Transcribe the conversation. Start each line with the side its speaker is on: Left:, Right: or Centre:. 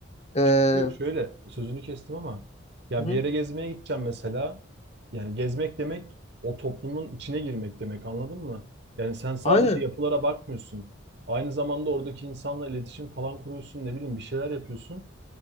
Left: Ee,
Right: Çünkü şöyle sözünü kestim ama ya
Left: hı.
Right: bir yere gezmeye gideceğim mesela. Yani gezmek demek o toplumun içine girmek demek anladın mı? Yani sen sadece
Left: Aynen.
Right: yapılara bakmıyorsun. Aynı zamanda oradaki insanla iletişim falan kuruyorsun ne bileyim bir şeyler yapıyorsun.